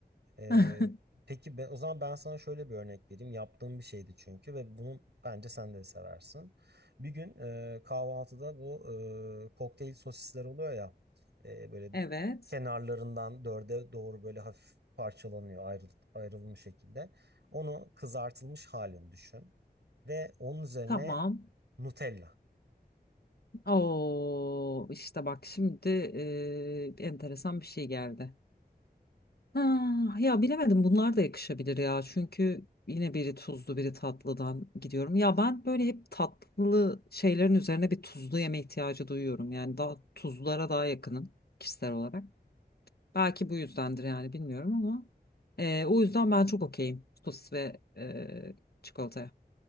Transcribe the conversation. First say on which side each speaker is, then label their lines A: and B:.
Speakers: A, on the right; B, on the left.
A: Ee,
B: <laughs>
A: peki ben, o zaman ben sana şöyle bir örnek vereyim. Yaptığım bir şeydi çünkü ve bunu bence sen de seversin. Bir gün e, kahvaltıda bu e, kokteyl sosisler oluyor ya e, böyle
B: Evet.
A: kenarlarından dörde doğru böyle hafif parçalanıyor ayrıl, ayrılmış şekilde. Onu kızartılmış halini düşün ve onun üzerine
B: Tamam.
A: Nutella.
B: Oo işte bak şimdi e, enteresan bir şey geldi. Ha, ya bilemedim bunlar da yakışabilir ya. Çünkü yine biri tuzlu biri tatlıdan gidiyorum. Ya ben böyle hep tatlı şeylerin üzerine bir tuzlu yeme ihtiyacı duyuyorum. Yani daha tuzlulara daha yakınım kişisel olarak. Belki bu yüzdendir yani bilmiyorum ama e, o yüzden ben çok okeyim sosis ve e, çikolataya.